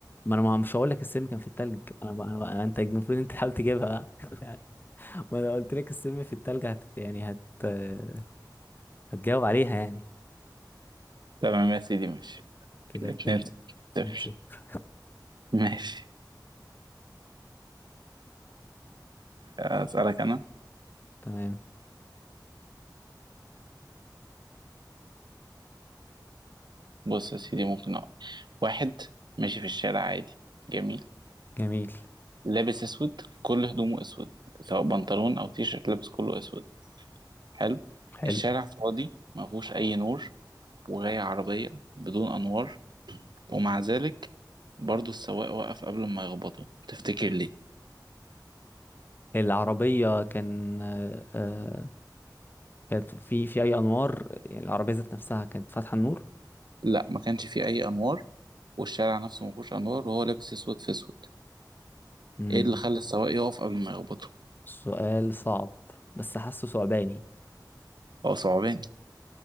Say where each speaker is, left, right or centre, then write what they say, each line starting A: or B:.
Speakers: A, on the left (about 25°); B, on the right (about 70°).
A: ما انا ما مش هقول لك السم كان في التلج انا بقى أنا بقى انت المفروض انت تحاول تجيبها بقى <laughs> ما انا قلت لك السم في التلج هت يعني هت آه، هتجاوب عليها يعني
B: تمام يا سيدي ماشي
A: كده
B: اتنين
A: اتنين
B: صفر
A: اتنين صفر
B: ماشي أسألك أنا
A: <laughs> تمام
B: بص يا سيدي ممكن أقول واحد ماشي في الشارع عادي جميل
A: جميل
B: لابس أسود كل هدومه أسود سواء بنطلون أو تيشيرت لابس كله أسود حلو
A: حلو
B: الشارع فاضي ما فيهوش أي نور وجاية عربية بدون أنوار ومع ذلك برضو السواق وقف قبل ما يخبطه تفتكر ليه؟
A: العربية كان آه، آه، كانت في في أي أنوار يعني العربية ذات نفسها كانت فاتحة النور
B: لا ما كانش فيه أي أنوار والشارع نفسه ما فيهوش أنوار وهو لابس أسود في أسود
A: مم.
B: إيه اللي خلى السواق يقف قبل ما يخبطه؟
A: سؤال صعب بس حاسه صعباني
B: هو صعباني